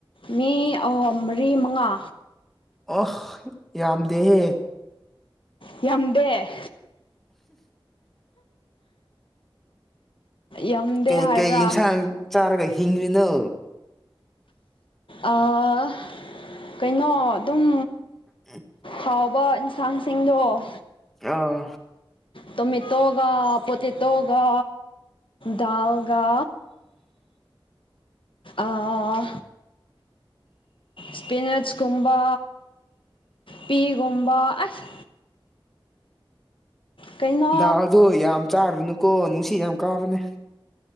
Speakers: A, on the left (about 70°); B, in the centre.
A: ꯃꯤ ꯑꯍꯣ ꯃꯔꯤ ꯃꯉꯥ
B: ꯑꯣꯍ ꯌꯥꯝꯗꯦꯍꯦ
A: ꯌꯥꯝꯗꯦ ꯌꯥꯝꯗꯦ
B: ꯀꯩ
A: ꯍꯥꯏꯕ꯭ꯔꯥ
B: ꯀꯩ ꯌꯦꯟꯁꯥꯡ ꯆꯥꯔꯒ ꯍꯤꯡꯂꯤꯅꯣ
A: ꯑꯥ ꯀꯩꯅꯣ ꯑꯗꯨꯝ
B: ꯎꯝ
A: ꯐꯥꯎꯕ ꯏꯟꯁꯥꯡ ꯁꯤꯡꯗꯣ
B: ꯑꯣ
A: ꯇꯣꯃꯦꯇꯣꯒ ꯄꯣꯇꯦꯇꯣꯒ ꯗꯥꯜꯒ ꯑꯥ ꯁ꯭ꯄꯤꯅꯠꯁ ꯀꯨꯝꯕ ꯄꯤ ꯒꯨꯝꯕ ꯑꯁ ꯀꯩꯅꯣ
B: ꯗꯥꯜꯗꯣ ꯌꯥꯝ ꯆꯥꯔꯨꯅꯨꯀꯣ ꯅꯨꯡꯁꯤꯠ ꯌꯥꯝ ꯀꯥꯕꯅꯦ